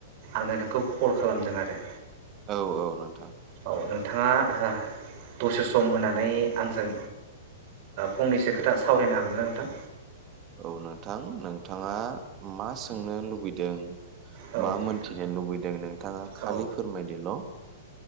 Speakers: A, on the right; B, on the right.
A: आंनो नोंखौ कल खालामदों आरो
B: औ औ नोंथां
A: औ नोंथांङा दसे सम होनानै आंजों फंनैसो खोथा सावरायनो हागोन ना नोंथां
B: औ नोंथां नोंथांङा मा सोंनो लुबैदों
A: औ नोंथां
B: मा मोनथिनो लुबैदों नोंथाङा खालि
A: औ
B: फोरमायदोल